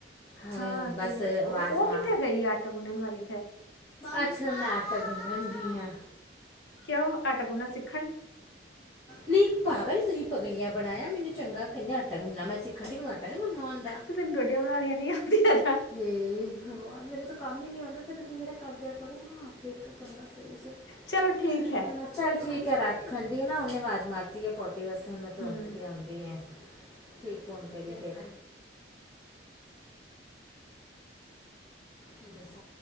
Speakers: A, on the left; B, on the left.
A: ਹੁਣ
B: ਹਾਂ,
A: ਬਸ
B: ਤੇ ਉਹ
A: ਆਵਾਜ਼
B: ਉਹ
A: ਮਾਰ
B: ਕਿੱਥੇ ਗਈ ਆਟਾ ਗੁੰਨਣ ਵਾਲੀ ਫੇਰ।
A: ਅੱਛਾ ਨਾਟਕ ਗੁੰਨਦੀ ਆ
B: ਕਿਉਂ ਆਟਾ ਗੁਣਨਾ ਸਿੱ
A: ਨਹੀਂ ਪਾਵਲ ਤੁਸੀਂ ਪਗਲੀਆਂ ਬਣਾਇਆ ਮੈਨੂੰ ਚੰਗਾ ਕਹਿੰਦੇ ਆ ਆਟਾ ਗੁੰਨਾ ਮੈਂ ਸਿੱਖਣ ਡੀ ਮੈਂ ਆਟਾ ਨੀ ਗੁੰਨਨਾ ਆਂਦਾ।
B: ਤੇ ਤੈਨੂੰ ਰੋਟੀਆਂ ਬਣਾਉਣੀਆਂ ਨਹੀਂ ਆਉਂਦੀਆਂ ਨਾ
A: ਹੇ ਭਗਵਾਨ ਮੈਨੂੰ ਤਾਂ ਕੰਮ ਹੀ ਨਹੀਂ ਆਂਦਾ। ਤੇ ਫਿਰ ਮੇਰਾ ਕਰ ਦਿਆਂ ਕਰੋ ਨਾ ਆਕੇ <unintelligible>
B: ਚਲੋ ਠੀਕ ਹੈ
A: ਚੱਲ ਠੀਕ ਆ ਰੱਖ ਖੰਡੀ ਐ ਨਾ ਉਹਨੇ ਆਵਾਜ਼ ਮਾਰਤੀ ਐ ਪੋ ਓਹਦੇ ਵਾਸਤੇ ਹੁਣ ਮੈਂ <unintelligible>
B: ਹਮ
A: ਵੀ ਲਿਆਂਦੀ ਆ ਠੀਕ ਆ <unintelligible> ਕੀ ਦੱਸਾਂ।